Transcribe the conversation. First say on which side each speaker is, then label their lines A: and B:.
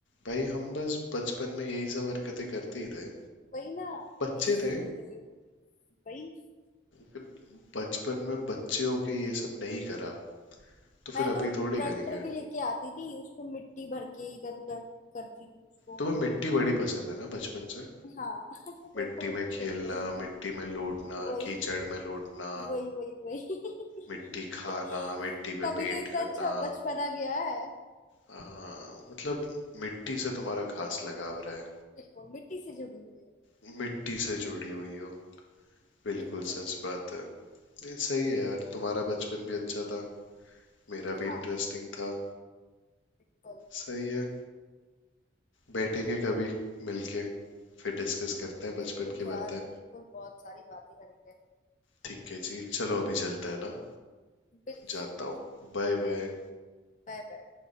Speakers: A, on the left; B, on the left.
A: भाई हम बस बचपन में यही सब हरकतें करते ही थे
B: <laughs> वही ना
A: बच्चे
B: यही सब
A: थे
B: हरकतें होती थी वही
A: फिर बचपन में बच्चे होके ये सब नहीं करा तो
B: मैं
A: फिर
B: तो
A: अभी
B: ट्रैक्टर
A: थोड़ी करेंगे
B: भी लेके आती थी उसको मिट्टी भर के इधर उधर करती थी उसको
A: तुम्हें मिट्टी बड़ी पसंद है ना बचपन से
B: हाँ <laughs> मेरे
A: मिट्टी
B: को मिट्टी
A: में खेलना
B: बड़ी पसंद थी
A: मिट्टी में लौटना
B: वही
A: कीचड़ में लौटना
B: वही वही वही
A: मिट्टी खाना
B: <laughs>
A: मिट्टी पे
B: तभी
A: पेंट
B: तो इतना
A: करना
B: अच्छा बचपना गया है
A: हाँ, मतलब मिट्टी से तुम्हारा खास लगाव रहा
B: बिल्कुल मिट्टी से जुड़ी हुई है
A: है मिट्टी से जुड़ी हुई हो बिल्कुल
B: बिल्कुल
A: सच बात है ये सही है यार तुम्हारा बचपन भी अच्छा था मेरा भी
B: हाँ
A: इंटरेस्टिंग था
B: बिल्कुल
A: सही है बैठेंगे कभी मिलके फिर डिस्कस करते हैं
B: बिल्कुल
A: बचपन की
B: यार
A: बातें
B: बिल्कुल बहुत सारी बातें करेंगे
A: ठीक है जी चलो अभी चलते हैं ना
B: बिल्कुल
A: जाता
B: बिल्कुल
A: हूँ Bye bye
B: Bye bye